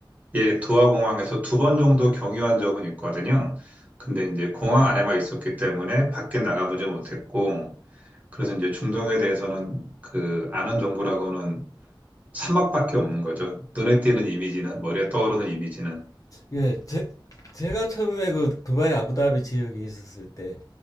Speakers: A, on the right; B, on the left.
A: 예, 도하 공항에서 두 번 정도 경유한 적은 있거든요. 근데 이제 공항 안에만 있었기 때문에 밖에 나가보지 못했고, 그래서 이제 중동에 대해서는 그 아는 정보라고는 사막밖에 없는 거죠. 눈에 띄는 이미지는, 머리에 떠오르는 이미지는.
B: 예, 제, 제가 처음에 그 두바이 아부다비 지역에 있었을 때,